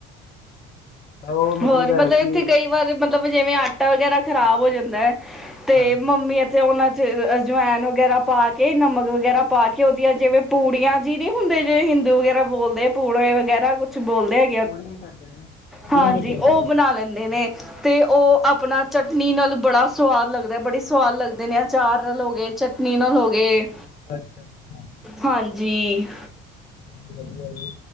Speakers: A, on the left; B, in the centre.
A: ਉਹ
B: ਹੋਰ ਮਤਲਬ
A: ਹੈ ਕਿ
B: ਇੱਥੇ ਕਈ ਵ ਮਤਲਬ ਜਿਵੇਂ ਆਟਾ ਵਗੈਰਾ ਖ਼ਰਾਬ ਹੋ ਜਾਂਦਾ ਹੈ ਤੇ
A: ਹਾਂਜੀ
B: ਮੰਮੀ ਇੱਥੇ ਉਹਨਾਂ ਅਜਵਾਇਨ ਵਗੈਰਾ ਪਾ ਕੇ ਨਮਕ ਵਗੈਰਾ ਪਾ ਕੇ ਉਹਦੀਆਂ ਜਿਵੇਂ ਪੂੜੀਆਂ ਜੀ ਨਹੀਂ ਹੁੰਦੇ ਹਿੰਦੂ ਵਗੈਰਾ ਬੋਲਦੇ ਪੂੜੇ ਵਗੈਰਾ ਕੁੱਛ ਬੋਲਦੇ ਆ
A: ੜੀਆਂ ਕਰਦੇ ਨੇ ਪੂੜੀਆਂ
B: ਹਾਂਜੀ
A: ਹੀ ਕਹਿੰਦੇ
B: ਉਹ
A: ਨੇ
B: ਬਣਾ ਲੈਂਦੇ ਨੇ ਤੇ ਉਹ ਆਪਣਾ ਚਟਨੀ ਨਾਲ ਬੜਾ ਸਵਾਦ ਲੱਗਦਾ ਬੜੀ ਸਵਾਦ ਲੱਗਦੇ ਨੇ ਅਚਾਰ ਹੋ ਗਏ ਚ ਨੀਨੋਲ ਗਏ
A: ਅੱਛਾ ਅੱਛਾ
B: ਹਾਂਜੀ
A: ਚਲੋ ਵਧੀਆ ਜੀ